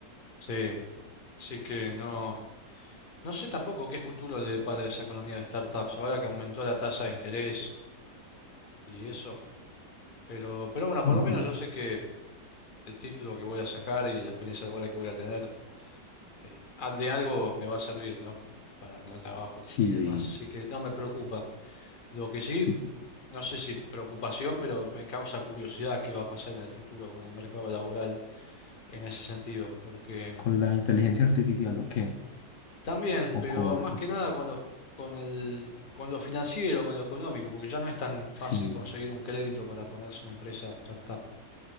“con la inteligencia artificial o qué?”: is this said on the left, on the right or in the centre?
Left